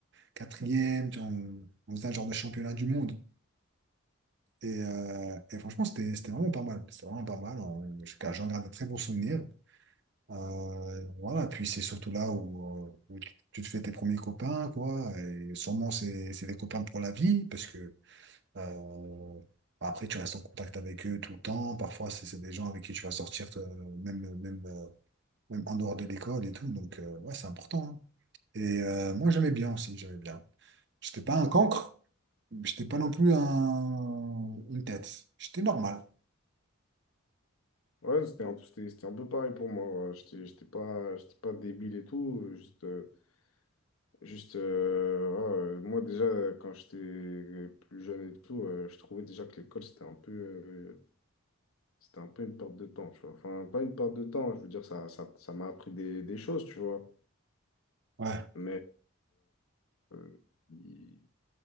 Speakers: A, on the right; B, on the left.
A: quatrième. Tu vois, on, on faisait un genre de championnat du monde. Et, euh, et franchement, c'était c'était vraiment pas mal. C'était vraiment pas mal. On- J'en garde de très bons souvenirs. Euh, voilà, puis c'est surtout là où, euh, où tu tu te fais tes premiers copains, quoi. Et sûrement, c'est c'est des copains pour la vie, parce que euh, après, tu restes en contact avec eux tout le temps. Parfois, c'est c'est des gens avec qui tu vas sortir, euh, même, même, euh, même en dehors de l'école et tout. Donc, euh, ouais, c'est important. hein. Et euh, moi, j'aimais bien aussi, j'aimais bien. J'étais pas un cancre, j'étais pas non plus un, une tête. J'étais normal.
B: Ouais, c'était un, peu- c'était, c'était un peu pareil pour moi. ouais. J'étais, j'étais pas, j'étais pas débile et tout. euh, Juste, euh, juste euh, voilà, euh, moi, déjà, euh, quand j'étais plus jeune et tout, euh, je trouvais déjà que l'école, c'était un peu, euh, c'était un peu une perte de temps, tu vois. Enfin, pas une perte de temps, je veux dire, ça, ça, ça m'a appris des, des choses, tu vois.
A: Ouais,
B: Mais euh, il